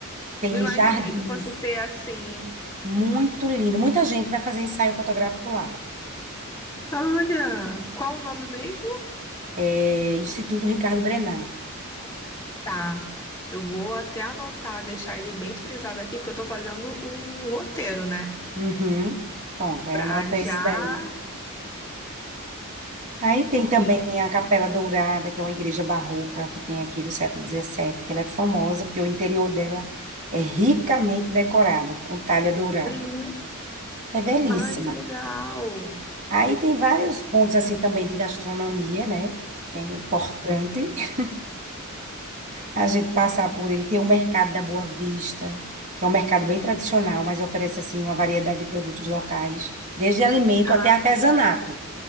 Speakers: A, on the right; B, on the left.
A: tem
B: Não imaginei
A: jardins.
B: que fosse ter assim.
A: Muito lindo. Muita gente vai fazer ensaio fotográfico lá.
B: Olha, qual o nome mesmo?
A: É, Instituto Ricardo Brennand
B: Tá. Eu vou até anotar, deixar ele bem frisado aqui, porque eu tô fazendo um roteiro, né?
A: Uhum. Pronto, aí
B: Pra
A: anota
B: já.
A: esse daí. Aí tem também
B: em-
A: a Capela Dourada, que é uma igreja barroca que tem aqui do século dezessete que ela é famosa porque o interior dela é ricamente decorado com talha dourada.
B: Uhum.
A: É belíssima.
B: Ai, que legal!
A: Aí tem vários pontos assim também de gastronomia, né? Que é importante <laughs> a gente passar por ele. Tem o mercado da Boa Vista, que é um mercado bem tradicional, mas oferece assim uma variedade de produtos locais, desde alimento
B: Ah,
A: até artesanato
B: isso-